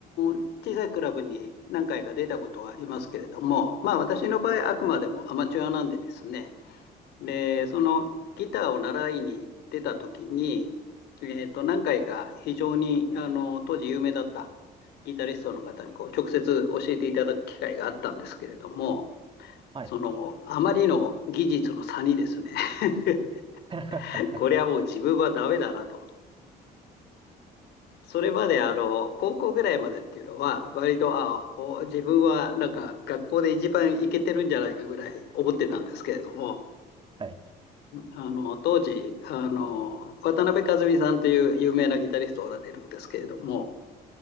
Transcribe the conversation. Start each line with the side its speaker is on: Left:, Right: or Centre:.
Left: ー小さいクラブに何回か出たことはありますけれども、まあ私の場合、あくまでもアマチュアなんでですね、で、そのギターを習いに行ってた時に、えーと、何回か非常にあの当時有名だったギタリストの方にこう直接教えていただく機会があったんですけれども、
Right: はい。
Left: そのあまりの技術の差にですね <laughs>
Right: <laughs>
Left: これはもう自分はダメだなと。それまであの高校ぐらいまでっていうのは割とあお自分はなんか学校で一番イケてるんじゃないかぐらい思ってたんですけれども
Right: はい。
Left: あの当時あの渡辺和美さんっていう有名なギタリストおられるんですけれども